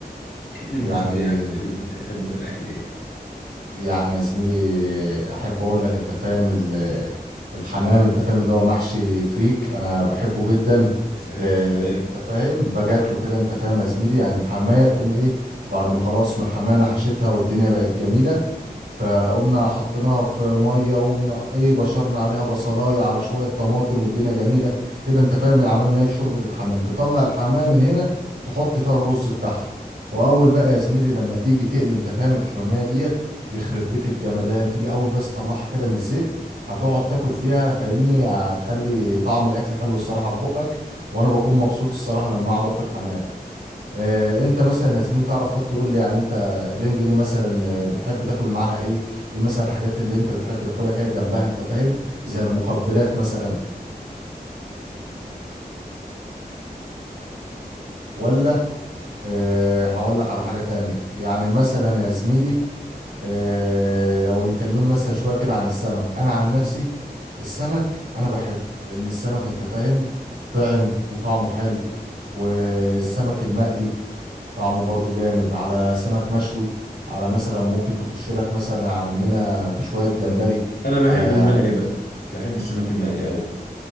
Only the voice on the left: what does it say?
كلمني
من شويه عن اللي بتحبه في الاكل ايه
يا سلام
يا سلام
انا بحب
المقلي بقى بحب السمك المقلي قوي